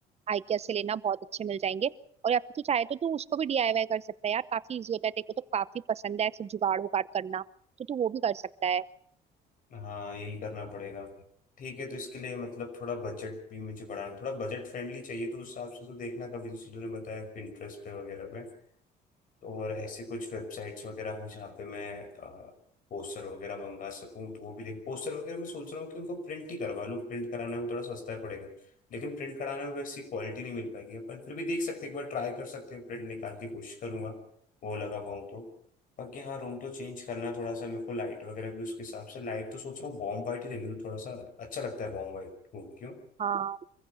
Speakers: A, on the right (about 40°); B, on the left (about 55°).
A: आइकिया से लेना बहुत अच्छे मिल जाएंगे और या फिर तू चाहे तो तू उसको भी डीआईवाई कर सकता है यार काफी इजी होता है तेरे को तो काफी पसंद है सब जुगाड़ उगाड़ करना तो तू वो भी कर सकता है
B: हाँ यही करना पड़ेगा ठीक है तो इसके लिए मतलब थोड़ा बजट भी मुझे बढ़ाना थोड़ा बजट फ्रेंडली चाहिए तो उस हिसाब से तो देखना कभी जैसे तूने बताया Pinterest पे वगैरह पे तो और ऐसे कुछ वेबसाइट्स वगैरह हो जहाँ पे मैं पोस्टर वगैरह मंगा सकूँ तो वो भी देख पोस्टर वगैरह मैं सोच रहा हूँ कि उनको प्रिंट ही करवा लूँ प्रिंट कराने में थोड़ा सस्ता ही पड़ेगा लेकिन प्रिंट कराने में वैसी क्वालिटी नहीं मिल पाएगी अपन फिर भी देख सकते हैं एक बार ट्राई कर सकते हैं प्रिंट निकाल की कोशिश करूंगा वो लगा पाऊँ तो बाकी हाँ रूम तो चेंज करना है थोड़ा सा मेरे को लाइट वगैरह भी उसके हिसाब से लाइट तो सोच रहा हूँ वार्म वाइट ही रहने दो थोड़ा सा अच्छा लगता है वार्म वाइट रूम क्यों
A: हाँ